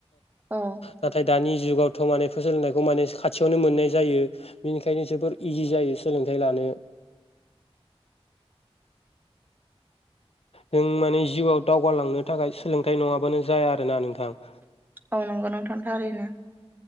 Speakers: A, on the right (about 15°); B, on the left (about 65°).
A: औ
B: नाथाय दानि जुगावथ' माने <unintelligible> बेखौ माने खाथियावनो मोननाय जायो बेनिखायनो जोबोर इजि जायो सोलोंथाइ लानो जों माने जिउआव दावगालांनो थाखाय सोलोंथाय नङाबानो जाया आरोना नोंथां।
A: औ नंगौ नोंथां थारैनो